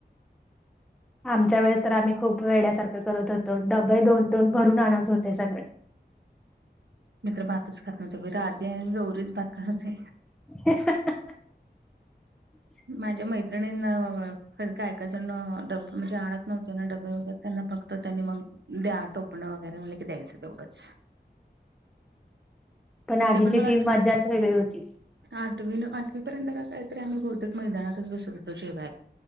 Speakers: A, in the centre; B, on the right.
A: आमच्या वेळेस तर आम्ही खूप वेड्यासारखं करत होतो, डबे दोन दोन भरून आणत होते सगळे
B: मी तर भातच खात नव्हतो बाई... राधी आणि गौरीच भात खात होते.
A: हं हं हं. <inaudible>
B: माझ्या मैत्रिणींना... काय काय जणं... डब... म्हणजे आणत नव्हते ना डबे वगैरे... त्यांना फक्तं तर त्यांनी मग... द्या टोपणं वगैरे म्हणलं की द्यायचं तेवढंच
A: पण आधीची
B: ते मला
A: ती मजाच वेगळी होती.
B: आठवी... आठवी पर्यंत का कायतरी आम्ही बहुतेक मैदानातच बसत होतो जेव्हाय